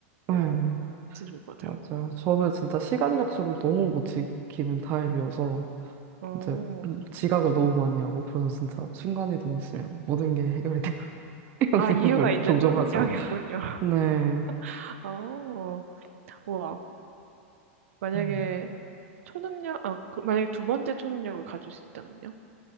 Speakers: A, on the right; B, on the right.
A: 네,
B: 오, 진짜 좋을 것 같아요.
A: 맞아요. 저는 진짜 시간 약속을 너무 못 지키는 타입이어서
B: 어,
A: 이제 음, 지각을 너무 많이 하고 그래서 진짜 순간이동이 있으면 모든 게 해결이 돼. 이런
B: 아,
A: 생각을
B: 이유가 있는
A: <laughs> 종종
B: 초능력이었군요.
A: 하죠. 네.
B: <laughs> 어, 와 만약에
A: 음.
B: 초능력, 아, 그, 만약에 두 번째 초능력을 가질 수 있다면요?